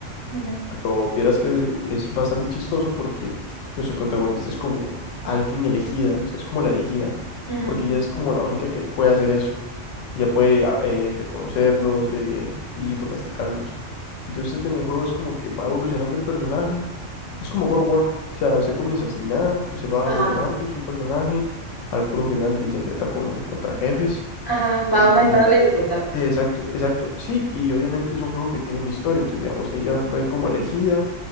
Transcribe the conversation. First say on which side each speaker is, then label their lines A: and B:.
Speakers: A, on the left; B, on the left.
A: ujú,
B: Pero vieras que es bastante chistoso porque nuestro protagonista es como alguien elegida, o sea, es como la elegida,
A: ujú,
B: porque ella es como la única que puede hacer eso. Ella puede a- eh, reconocerlos eh, y domesticarlos. Entonces en el juego es como que va evolucionando el personaje. Es como God of War, o sea, usted comienza sin nada, usted va
A: Ajá,
B: mejorando su personaje, al puro final de- se enfrenta con, contra jefes.
A: ajá, va
B: Y,
A: aumentando
B: y la-
A: la dificultad.
B: eh, exacto, exacto. Sí, y obviamente es un juego que tiene una historia, entonces digamos, ella
A: Ujú,
B: fue como elegida